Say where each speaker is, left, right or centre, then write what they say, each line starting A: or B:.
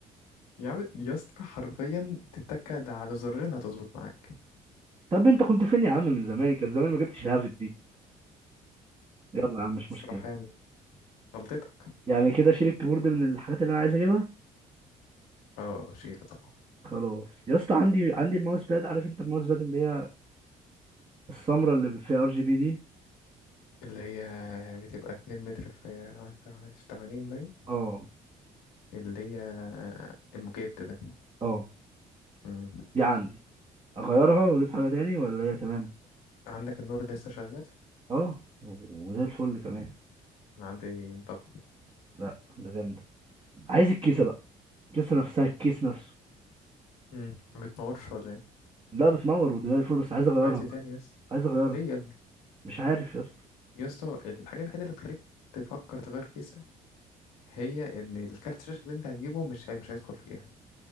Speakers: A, on the left (about 90°); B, on the right (about 30°).
A: يا عم يا اسطى حرفيا تتكد على زرين هتظبط معاك
B: طب انت كنت فين يا عم من زمان كان زمان ما جبتش الهافت دي يلا يا عم مش
A: الصراحه
B: مشكله
A: يعني غلطتك
B: يعني كده شيل الكيبورد من الحاجات اللي انا عايز اجيبها
A: اه شيله طبعا
B: خلاص يا اسطى عندي عندي الماوس باد عارف انت الماوس باد اللي هي السمرة اللي فيها ار جي بي دي
A: اللي هي بتبقى 2 متر في في 80 باين
B: اه
A: اللي هي المجيت ده
B: اه
A: مم.
B: دي عندي اغيرها واجيب حاجة تاني ولا هي تمام
A: عندك النور لسه شغال
B: اه وزي الفل كمان
A: انا عندي انطفى
B: لا ده جامدة عايز الكيسة بقى الكيسة نفسها الكيس نفسه
A: مم. ما بتنورش ولا ايه
B: لا بتنور وده زي الفل بس عايز اغيرها
A: طب عايز
B: بقى
A: ايه تاني يس
B: عايز اغيرها
A: ليه يا ابني
B: مش عارف يا اسطى
A: يا اسطى الحاجه الوحيده اللي تخليك تفكر تغير كيسه هي ان الكارت الشاشه اللي انت هتجيبه مش هي مش هيدخل فيها